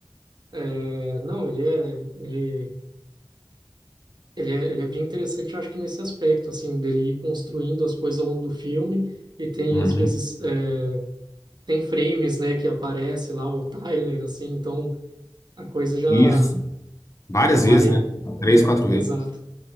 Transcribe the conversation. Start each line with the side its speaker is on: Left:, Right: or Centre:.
Right: É, não, ele é, ele, ele é, ele é bem interessante, eu acho que nesse aspecto, assim, dele ir construindo as coisas ao longo do filme. E tem,
Left: Uhum.
Right: às vezes, é, tem frames, né, que aparece lá o Tyler, assim, então a coisa já.
Left: Isso. Várias
Right: Já vai.
Left: vezes, né? Três,
Right: É,
Left: quatro vezes.
Right: exato.